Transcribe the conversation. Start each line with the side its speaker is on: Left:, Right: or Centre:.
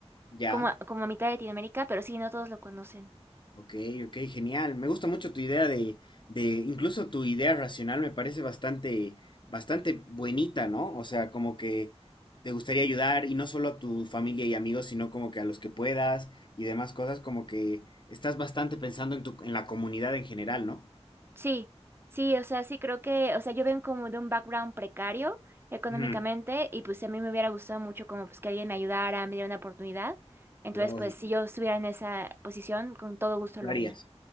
Left: Ya.
Right: como, a- como a mitad de Latinoamérica, pero sí, no todos lo conocen.
Left: Ok, ok, genial. Me gusta mucho tu idea de, de, incluso tu idea racional me parece bastante, bastante buenita, ¿no? O sea, como que te gustaría ayudar y no solo a tu familia y amigos, sino como que a los que puedas y demás cosas, como que estás bastante pensando en tu, en la comunidad en general, ¿no?
Right: Sí, sí, o sea, sí creo que, o sea, yo vengo como de un background precario económicamente
Left: Ujú,
Right: y pues a mí me hubiera gustado mucho como pues que alguien me ayudara, me diera una oportunidad. Entonces,
Left: lógico,
Right: pues si yo estuviera en esa posición, con todo gusto
Left: lo
Right: lo
Left: harías.
Right: haría.